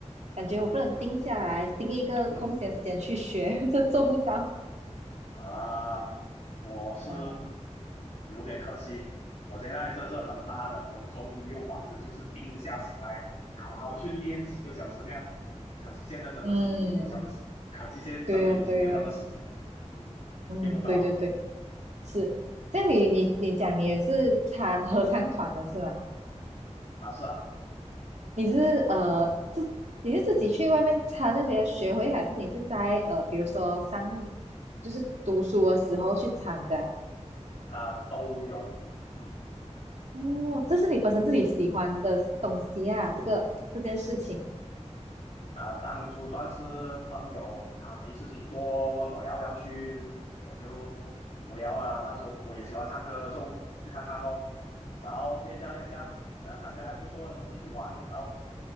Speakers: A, on the right; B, on the left.
A: 感觉我不能定下来，
B: 嗯嗯
A: 定一个空闲时间去学，
B: 嗯
A: <laughs> 这做不到
B: 啊，我是
A: 啊。
B: 有点可惜，我现在这是人大了，我终于有法子，就是定下心来，好好去练几个小时那样。可惜现在真的是已经没有这样的时，
A: 嗯，
B: 可惜现在真的已经没有这样的时间，
A: 对呀对呀，
B: 嗯，
A: 嗯，
B: 练不到
A: 对对对。是，这样你你你讲你也是参合唱团的是吗？
B: 啊，是啊，
A: 你是呃自你是自己去外面参那些学会，
B: 嗯，
A: 还是你是在呃比如说上就是读书的时候去参的啊
B: 啊都有，嗯。
A: 哦，这是你本身自己喜欢的东西啊，这个这件事情。
B: 啊、呃当初算是朋友，他没事情做，问我要不要去，我就无聊嘛。那时候我也喜欢唱歌，说去看看咯，然后练下练下，嗯，呃感觉还不错，那嘛，继续玩咯。然后